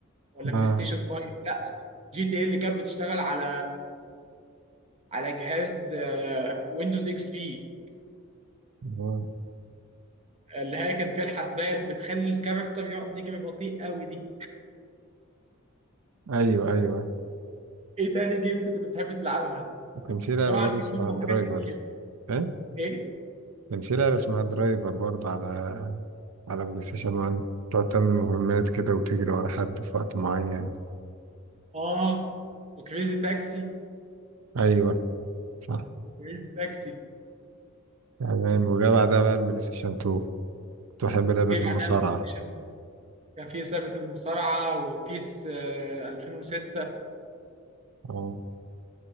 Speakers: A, on the right; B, on the right.
A: ولا بلاي
B: اه
A: ستيشن 5 لا جي تي اللي كانت بتشتغل على على جهاز ويندوز اكس بي
B: آه.
A: اللي هي كان فيها الحبايه اللي بتخلي الكاركتر يقعد يجري بطيء قوي دي
B: ايوه ايوه
A: ايه تاني جيمز كنت بتحب تلعبها
B: وكان في لعبه
A: طبعا
B: برضه
A: في
B: اسمها
A: زوم وحاجات
B: درايفر
A: كتير
B: فاهم
A: ايه
B: كان في لعبه اسمها درايفر برضه على على بلاي ستيشن 1 تقعد تعمل مهمات كده وتجري ورا حد في وقت معين
A: اه وكريزي تاكسي
B: ايوه صح
A: كريزي تاكسي
B: تمام وجا بعدها بقى البلاي ستيشن 2 كنت بحب لعبه
A: وجيم
B: المصارعه
A: عليها بلاي ستيشن 2 كان في لعبه المصارعه وبيس آه، 2006
B: اه